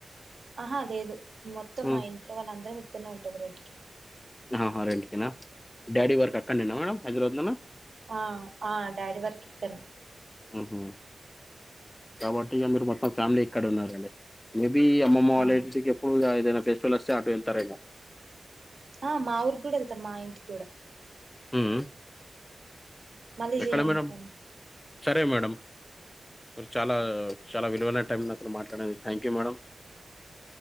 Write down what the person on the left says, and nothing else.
హ్మ్.
అహ రెంటికేనా డాడి వర్క్ అక్కడినేనా మేడం హైదరాబాద్ లోనా
ఉహు కాబట్టి ఇగ మీరు మొత్తం ఫ్యామిలీ ఇక్కడ ఉన్నారండి మేబి అమ్మమ్మ వాళ్ళ
ఇంటికి ఎప్పుడు ఇగ ఏదైన ఫెస్టివల్ వస్తే అటు వెళ్తారు ఏమో
మ్మ్ హ్మ్
ఎక్కడ
మేడం
సరే మేడం మీరు చాలా
చాలా విలువైన టైం నాకు మాట్లాడినదానికి thank you madam